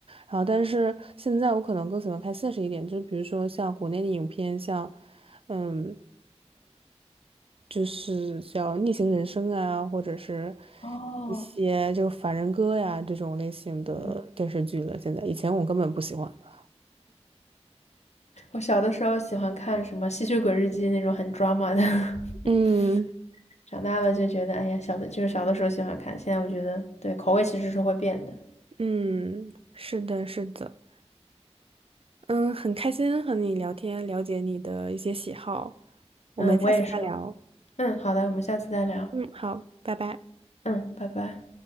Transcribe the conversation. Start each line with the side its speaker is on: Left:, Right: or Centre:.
Right: 然后，但是现在我可能更喜欢看现实一点，就是比如说像国内的影片，像嗯，就是叫《逆行人生》啊，或者是
Left: 哦，
Right: 一些就《凡人歌》呀这种类型的电视剧了。
Left: 嗯。
Right: 现在以前我根本不喜欢的，
Left: 我小的时候喜欢看什么《吸血鬼日记》那种很 drama 的，<laughs>
Right: 嗯。
Left: 长大了就觉得，哎呀，小的就是小的时候喜欢看，现在我觉得对口味其实是会变的。
Right: 嗯，是的，是的，嗯，很开心和你聊天，了解你的一些喜好，我们下次再聊。
Left: 嗯，我也是。嗯，好的，我们下次再聊。
Right: 嗯，好，拜拜。
Left: 嗯，拜拜。